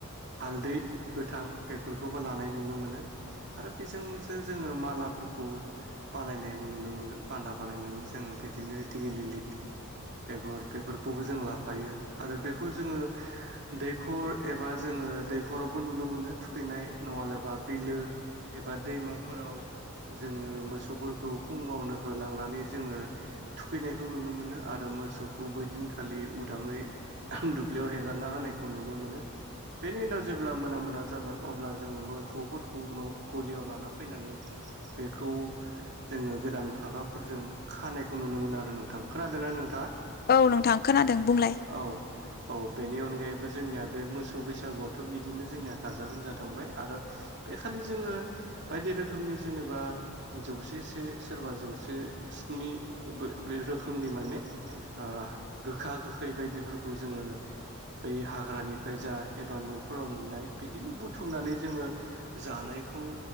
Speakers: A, on the right (about 50°); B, on the left (about 45°).
A: हालदै गोथां बेफोरखौबो लानाय नुनो मोनो आरो बेजोंसो जोङो मालाफोरखौ खौ बानायनाय नुनो मोनो बान्दा बानायनानै जोङो बिदिनो दिगिलिटि बेगर बेफोरखौबो जों लाफायो आरो बेखौ जोङो दैखर एबा जोङो दैखरावबो नुनो मोनो थुखैनाय नङाब्ला बिलो एबा दैमाफोराव जोङो मोसौफोरखौ फुङावनो होलांनानै जोङो थुखैनायखौ नुनो मोनो आरो मोसौखौ बै दिनखालि उदाङै दुब्लियाव हेगारना होनायखौ नुनो मोनो। बेनि उनाव जेब्ला मोना मोना जागोन अब्ला जोङो मोसौफोरखौ न' गलियाव लाना फैनानै बेखौ जोङो गोदान फागाफोरजों खानायखौ नुनो मोनो आरो नोंथां खोनादोंना नोंथाङा?
B: औ नोंथां खोनादों बुंलाय।
A: औ औ बेनि अनगायैबो जोंनिया बे मोसौ बैसागुआथ' बिदिनो जोंनिया गाजा गोमजा थांबाय आरो बे खालि जोङो बायदि रोखोमनि जेनेबा जौसे से सोरबा जौसे स्निनि बे रोखोमनि माने ओ गोखा गोखै बायदिफोर खौ जोङो बै हाग्रानिफ्राय जा एबा न'फोराव मोननाय बिदिनो बुथुमनानै जोङो जानाय खौ